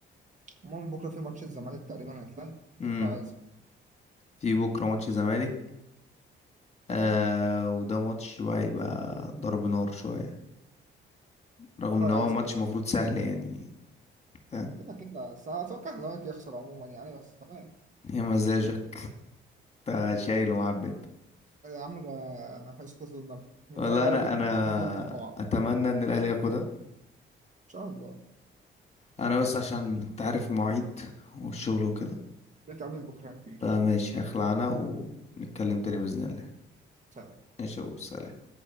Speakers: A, on the right; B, on the left.
A: المهم بكره في ماتش الزمالك تقريبا هيتلعب
B: مم.
A: نتفرج عليه سوا.
B: في بكرة ماتش زمالك آه وده ماتش بقى هيبقى ضرب نار شوية رغم
A: نتفرج
B: إن هو
A: عليه
B: ماتش
A: سوا.
B: المفروض سهل يعني فاهم
A: كده كده بس أنا اتوقع الزمالك يخسر عموما يعني بس تمام
B: هي مزاجك أنت شايل ومعبي أنت
A: يا عم ده اسكت النبي نتفرج
B: والله
A: عليه
B: انا
A: بكره
B: انا
A: نتفرج مع بعض
B: اتمنى
A: ان
B: ان الاهلي ياخدها
A: شاء الله
B: انا بس عشان انت عارف مواعيد والشغل وكده
A: نتقابل بكره يا كبير
B: فماشي هخلع انا ونتكلم تاني باذن الله
A: سلام
B: ماشي وسلام